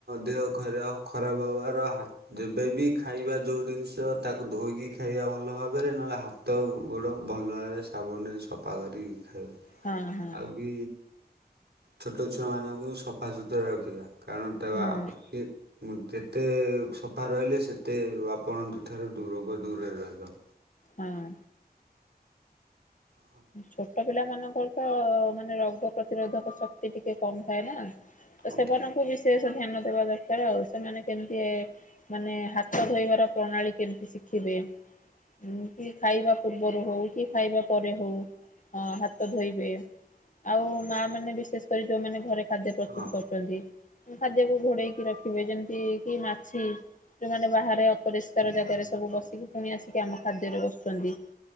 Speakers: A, on the right; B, on the left.
A: ଦେହ ଖର ଖରାପ ହବାର ହା ଯେବେବି ଖାଇବା ଯୋଉ ଜିନିଷ ତାକୁ ଧୋଇକି ଖାଇବା ଭଲ ଭାବରେ ନହେଲେ ହାତ ତ ଗୁଡ଼ ଭଲ ଭାବେ ସାବୁନିରେ ସଫା କରିକି ଖାଇବ।
B: ହଁ ହଁ।
A: ବି ଛୋଟ ଛୁଆମାନଙ୍କୁ ସଫା ସୁୁତୁରା ରଖିବା। କାଣଣ ତାକୁ
B: ହୁଁ
A: ଆବଶ୍ୟକ୍। ମୁଁ ଯେତେ ସଫା ରହିଲେ ସେତେ ଆପଣଙ୍କ ଠାରୁ ରୋଗ ଦୂରରେ ରହିବ।
B: ହଁ।
A: ହଁ।
B: ଛୋଟ ପିଲା ମାନଙ୍କର ତ ମାନେ ରୋଗ ପ୍ରତିରୋଧକ ଶକ୍ତି ଟିକେ କମ୍ ଥାଏ ନାଁ।
A: କମ୍
B: ତ ସେମାନଙ୍କୁ
A: ଥାଏ
B: ବିଶେଷ ଧ୍ୟାନ ଦେବା ଦରକାର ଆଉ ସେମାନେ କେମତି ଏ ମାନେ ହାତ ଧୋଇବାର ପ୍ରଣାଳୀ କେମତି ଶିଖିବେ। ଉଁ କି ଖାଇବା ପୂର୍ବରୁ ହୋଉ କି ଖାଇବା ପରେ ହୋଉ ହାତ ଅଁ ଧୋଇବେ। ଆଉ ମା ମାନେ ବିଶେଷ୍ କରି ଯୋଉମାନେ ଘରେ ଖାଦ୍ୟ ପ୍ରସ୍ତୁତୁ
A: ହଁ
B: କରୁଚନ୍ତି। ଖାଦ୍ୟକୁ ଘୋଡେଇକି ରଖିବେ ଯେମତି କି ମାଛି ଯୋଉମାନେ ବାହାରେ ଅ ପରିଷ୍କାର
A: ଆଜ୍ଞା।
B: ଜାଗାରେ ସବୁ ବସିକି ପୁଣି ଆସିକି ଆମ ଖାଦ୍ୟରେ ବସଚନ୍ତି।